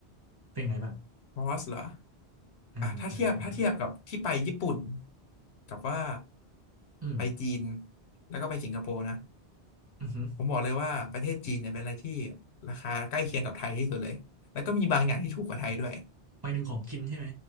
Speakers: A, on the right; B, on the left.
A: เป็นไงบ้าง
B: คอสเหรอ
A: อ่าอ่าอ่า
B: อ่ะถ้าเทียบถ้าเทียบกับที่ไปญี่ปุ่นกับว่า
A: อืม
B: ไปจีนแล้วก็ไปสิงคโปร์นะ
A: อือหือ
B: ผมบอกเลยว่าประเทศจีนเนี่ยเป็นอะไรที่ราคาใกล้เคียงกับไทยที่สุดเลยแล้วก็มีบางอย่างที่ถูกกว่าไทยด้วย
A: หมายถึงของกินใช่ไหม